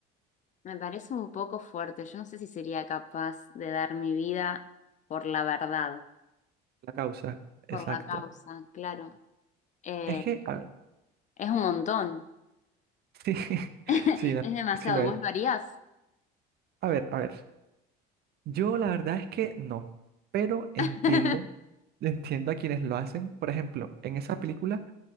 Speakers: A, on the left (about 35°); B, on the right (about 50°).
A: Me parece un poco fuerte. Yo no sé si sería capaz de dar mi vida por la verdad,
B: La causa,
A: por
B: exacto.
A: la causa, claro. Eh,
B: Es que, a ver,
A: es un montón.
B: <laughs> sí,
A: <laughs>
B: sí, la-
A: Es demasiado.
B: sí lo es.
A: ¿Vos lo harías?
B: A ver, a ver. Yo la verdad es que no, pero entiendo,
A: <laughs>
B: entiendo a quienes lo hacen. Por ejemplo, en esa película,